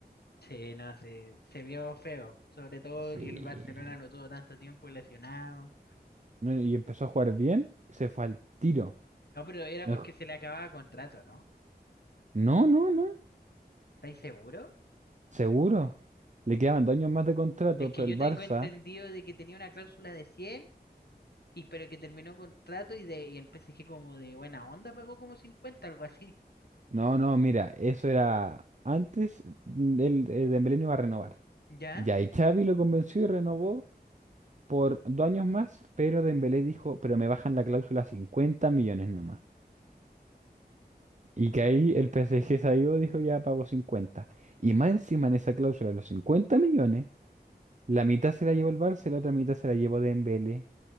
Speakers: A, on the left; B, on the right.
A: Sí, no, se, se vio feo. Sobre todo
B: Sí.
A: que el Barcelona lo tuvo tanto tiempo lesionado.
B: No, y empezó a jugar bien y se fue al tiro.
A: No, pero era
B: No,
A: porque
B: ju-
A: se le acababa contrato, ¿no?
B: no, no, no,
A: ¿Estáis seguro?
B: seguro. Le quedaban dos años más de contrato,
A: Es que
B: pero
A: yo
B: el Barça.
A: tengo entendido de que tenía una cláusula de 100. y pero que terminó contrato y de y el PSG como de buena onda pagó como cincuenta algo así.
B: No, no, mira, eso era antes del eh, Dembélé no iba a renovar.
A: ¿Ya?
B: Ya, y Xavi lo convenció y renovó por dos años más, pero Dembélé dijo, pero me bajan la cláusula a 50 millones nomás. Y
A: Mm,
B: que ahí el PSG salió, dijo ya pago 50. Y más encima en esa cláusula de los 50 millones, la mitad se la llevó el Barça y la otra mitad se la llevó Dembélé.